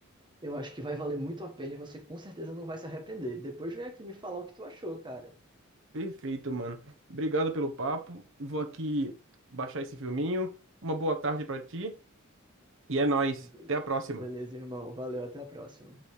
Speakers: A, on the right (about 20°); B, on the right (about 65°).
A: Eu acho que vai valer muito a pena e você com certeza não vai se arrepender. Depois vem aqui me falar o que tu achou, cara.
B: Perfeito, mano. Obrigado pelo papo. Vou aqui baixar esse filminho. Uma boa tarde pra ti. E é nóis.
A: Be-
B: Até a próxima.
A: Beleza, irmão. Valeu, até a próxima.